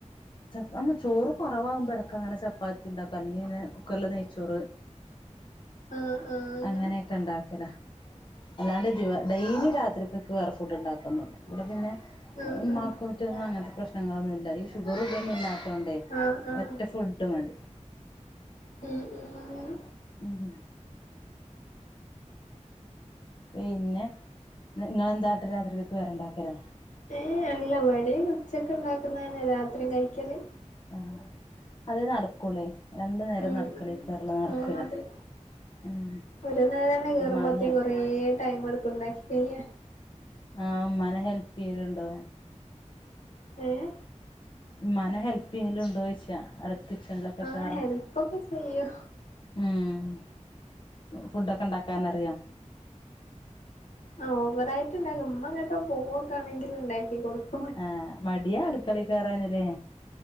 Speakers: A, on the left; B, on the left.
A: പ്പ ചോറ് കുറവാകുമ്പോടക്ക അങ്ങനെ ചപ്പാത്തി ത്തി ഉണ്ടാക്കുക അല്ലങ്കിൽ പിന്നെ കുക്കറിൽ നെയ്ച്ചോറ്
B: ആഹ് ആഹ് അങ്ങനെ
A: അങ്ങനെയൊക്കെ ഉണ്ടാക്കല അല്ലാണ്ട് ജ ഡെയിലി രാത്ക്ക്ക്കെ സ്ക്വയർ ഫുഡ് ഉണ്ടാക്കുന്നുണ്ട് ഇവിടെ പിന്നെ
B: ആഹ് ആഹ്
A: മാക്ക റ്റൊന്നും അങ്ങനത്തെ പ്രശ്നങ്ങളൊന്നുമ ഇല്ല ഈ ഷുഗർ ഇടൊന്നും ഇല്ലാത്ത കൊണ്ടേ
B: ആഹ് ആഹ്
A: ഒറ്റ ഫുഡും അതി
B: ഉം ഉം
A: ഉംഹ് പിന്നെ നിങ്ങെന്തായിട്ട് രാത്രികൾക്ക് വേറെണ്ടാക്കല്ലോ
B: ഏയ് അല്ല പടി ഉച്ചൊക്കെ ഉണ്ടാക്കുന്ന തനെ രാത്രിയും കഴിക്കല്
A: ആഹ് അതെ നടക്കളേ രണ്ടു നേരം
B: ഉം
A: നടക്കളേ
B: ഉം
A: കേറല നടക്കൂല
B: ആഹ് അതെ
A: ഉം
B: ഒരു നേരം തന്നെ കേറുമ്പോത്തേും
A: ഉമ്മാനെ
B: കൊറേ ടൈം എടുക്ക ഉണ്ടാക്കിഴിയ
A: ആഹ് അമ്മാനെ ഹെൽപ് ചെയ്യലുണ്ടോ
B: ഏഹ്
A: മ്മാനെ ഹെൽപ്പെയ്യല്ണ്ടോയ്ച്ച അവിടെ കിച്ചണിലൊക്കെ
B: ആഹ്
A: കേറാ
B: ഹെൽപ്പൊക്കെ ചെയ്യും
A: ഉം ഫുഡൊക്കെ ഇണ്ടാക്കാനറിയോ
B: ആഹ് ഓവറായിട്ട്ണ്ടാക്ക ഉമ്മ എങ്ങോട്ടോ പോവൊക്ക ആണെങ്കില് ഇണ്ടാക്കി കൊടുക്ക
A: ആഹ് മടിയാ അടുക്കളീ കേറാന് ല്ലേ